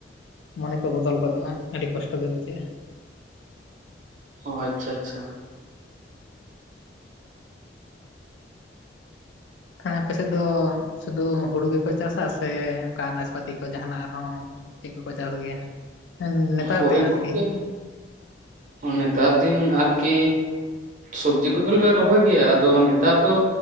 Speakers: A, on the left; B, on the right.
A: ᱢᱚᱱᱮ ᱠᱚ ᱵᱚᱫᱚᱞ ᱜᱚᱫᱚᱜ-ᱟ ᱟᱰᱤ ᱠᱚᱥᱴᱚ ᱜᱮ ᱵᱩᱡᱷᱟᱹᱜ-ᱟ᱾
B: ᱚ ᱟᱪᱪᱷᱟ ᱟᱪᱪᱷᱟ᱾
A: ᱠᱷᱟᱱ ᱟᱯᱮ ᱥᱮᱫ ᱫᱚ ᱥᱩᱫᱷᱩ ᱦᱩᱲᱩ ᱜᱮᱯᱮ ᱪᱟᱥᱟ ᱥᱮ ᱚᱝᱠᱟ ᱟᱱᱟᱡᱽ ᱯᱟᱛᱤ ᱠᱚ ᱡᱟᱦᱟᱱᱟᱜ ᱟᱨᱦᱚᱸ ᱪᱮᱜ ᱠᱚᱠᱚ ᱪᱟᱥ ᱜᱮᱭᱟ ᱱᱮᱛᱟᱨ
B: ᱦᱳᱭ
A: ᱫᱤᱱ
B: ᱜᱚᱝᱠᱮ
A: ᱟᱨᱠᱤ?
B: ᱱᱮᱛᱟᱨ ᱫᱤᱱ ᱟᱨᱠᱤ᱾ ᱥᱚᱵᱽᱡᱤ ᱠᱚᱫᱚᱞᱮ ᱨᱚᱦᱚᱭ ᱜᱮᱭᱟ ᱟᱫᱚ ᱱᱮᱛᱟᱨ ᱫᱚ